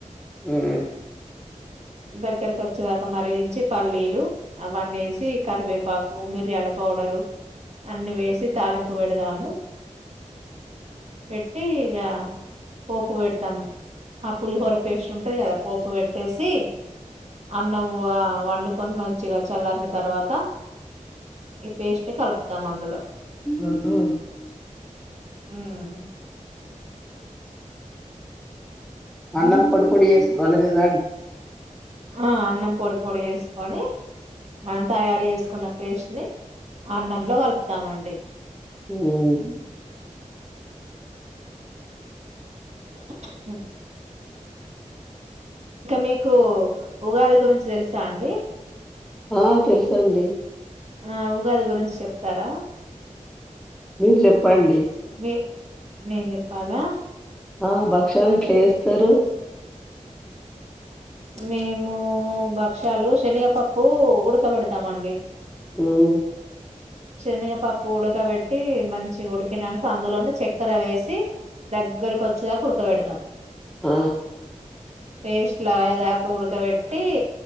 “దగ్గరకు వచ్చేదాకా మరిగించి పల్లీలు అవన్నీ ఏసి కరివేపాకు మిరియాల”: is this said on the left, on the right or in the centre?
Right